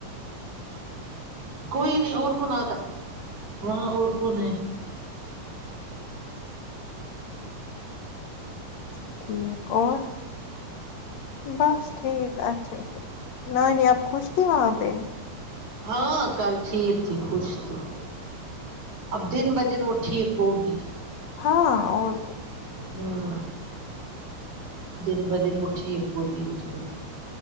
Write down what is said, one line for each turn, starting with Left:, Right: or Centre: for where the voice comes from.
Right: کوئی نہیں اور کون آتا وہاں اور کون ہے
Left: اچھا ٹھیک اور بس ٹھیک اچھا نہنیہ خوش تھی وہاں پہ
Right: ہاں کل ٹھیک تھی خوش تھی اب دن بہ دن وہ ٹھیک ہوگی
Left: ہاں اور
Right: ہوں دن بہ دن وہ ٹھیک ہوتی ہی جارہی